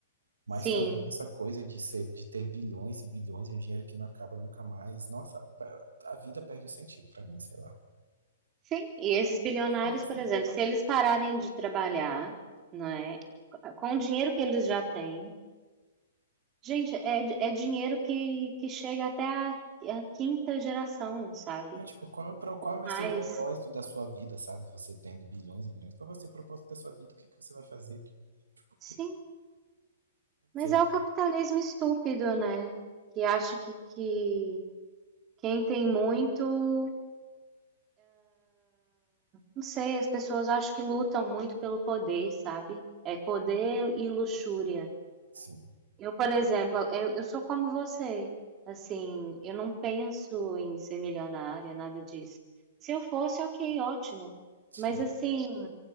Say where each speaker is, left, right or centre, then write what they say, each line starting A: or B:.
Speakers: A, on the right; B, on the right.
A: Mas
B: Sim,
A: também essa coisa de ser, de ter bilhões e bilhões e um dinheiro que não acaba nunca mais. Nossa, a vida perde o sentido pra mim, sei lá.
B: Sim, e esses bilionários,
A: Qual vai ser?
B: por exemplo, se eles pararem de trabalhar, não é? Com o dinheiro que eles já têm, gente, é, é dinheiro que, que chega até a, a quinta geração, sabe?
A: Não, tipo, qual, pro- qual vai
B: Mas,
A: ser o propósito da sua vida, sabe? Você tendo bilhões e bilhões. Qual vai ser o propósito da sua vida? O que que você vai fazer? Que, tipo,
B: sim,
A: que, ser,
B: mas é o capitalismo estúpido, né? Que acha que, que quem tem muito, não sei, as pessoas acham que lutam muito pelo poder, sabe? É poder e luxúria.
A: sim.
B: Eu, por exemplo, eu, eu sou como você. Assim, eu não penso em ser milionária, nada disso. Se eu fosse, ok, ótimo.
A: Sim.
B: Mas assim,